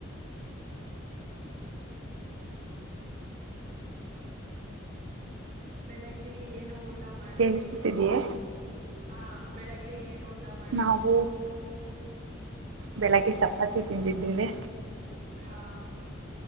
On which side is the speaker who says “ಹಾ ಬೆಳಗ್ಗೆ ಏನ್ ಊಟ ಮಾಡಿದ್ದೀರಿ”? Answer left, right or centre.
Right